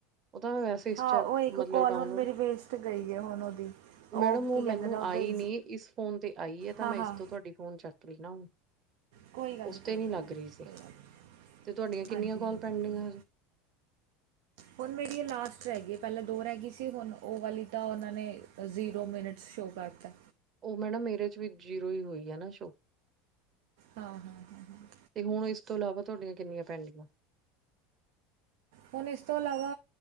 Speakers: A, on the right; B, on the right.
A: ਔ ਤਾਂ ਵੈਸ ਇਸਚੈਪ
B: ਹਾਂ ਉਹ ਇੱਕ
A: ਮਤਲਬ
B: ਕੋਲ
A: ਡਾੳਨ
B: ਹੁਣ
A: ਲੋਡ,
B: ਮੇਰੀ ਵੇਸਟ ਗਈ ਹੈ ਹੁਣ ਉਹਦੀ ਉਹ
A: ਮੈਡਮ
B: ਕੀ
A: ਔ
B: ਕਹਿੰਦੇ
A: ਮੈਨੂੰ
B: ਨੇ ਉਹਦੇ
A: ਆਈ ਨੀ ਇਸ- ਫੋਨ ਤੇ ਆਈ ਆ
B: ਹਾਂ
A: ਤਾਂ ਮੈਂ
B: ਹਾਂ
A: ਇਸ ਤੋਂ ਤਾਡੀ ਫੋਨ ਚੱਕ ਲ ਨਾ ਹੁਣ
B: ਕੋਈ ਗੱਲ
A: ਉਸ
B: ਨਹੀਂ ਕੋਈ
A: ਤੇ ਨੀ
B: ਗੱਲ
A: ਲੱਗ
B: ਨਹੀਂ
A: ਰੀ ਸੀ।
B: ਕੋਈ ਗੱਲ ਨਹੀਂ
A: ਤੇ ਤੁਆਡਿਆ
B: ਹਾਂਜੀ
A: ਕਿੰਨੀਆਂ ਕਾਲ
B: ਹਾਂਜੀ
A: ਪੈਂਡਿੰਗਾ
B: ਕੋਈ
A: ਹੈ।
B: ਹੁਣ ਮੇਰੀ ਇਹ ਲਾਸਟ ਰੈਹ ਗਈ ਪੈਲਾਂ ਦੋ ਰੈਹ ਗਈ ਸੀ ਹੁਣ ਔ ਵਾਲੀ ਤਾਂ ਔਨਾਂ ਨੇ ਜ਼ੀਰੋ ਮਿੰਨਟਸ ਸ਼ੋਅ ਕਰ ਤੈ
A: ਔ ਮੈਡਮ ਮੇਰੇ ਚ ਵੀ ਜੀਰੋ ਹੀ ਹੋਈ ਹੈ ਨਾ ਸ਼ੋ
B: ਹਾਂ ਹਾਂ ਹਾਂ ਹਾਂ
A: ਤੇ ਹੁਣ ਇਸ ਤੋਂ ਇਲਾਵਾ ਤੁਹਾਡੀਆਂ ਕਿੰਨੀਆਂ ਪੈਂਡਗੈਂ-
B: ਹੁਣ ਇਸ ਤੋਂ ਇਲਾਵਾ